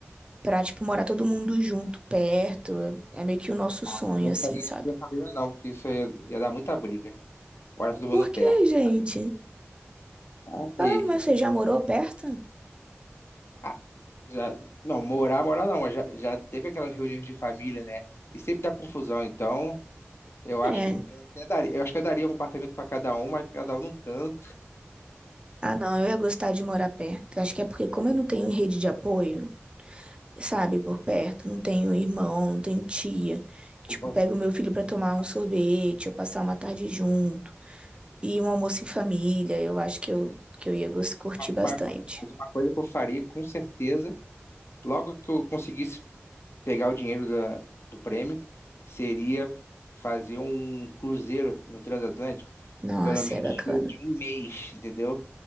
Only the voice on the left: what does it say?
Ah,
eu não ia
fazer isso
com a minha família, não, porque isso ia, ia dar muita briga. Morar todo mundo
perto.
Ah,
Aí,
ah, já, não, morar, morar não, mas já, já teve aquelas reuniões de família, né? E sempre dá confusão, então eu acho
que eu até daria, eu acho que eu daria um apartamento para cada um, mas cada um num canto.
Eu-
Uma,
assim,
uma- uma- mas uma coisa que eu faria, com certeza, logo que eu conseguisse pegar o dinheiro da, do prêmio, seria fazer um cruzeiro no transatlântico.
pelo menos
de, de um mês, entendeu?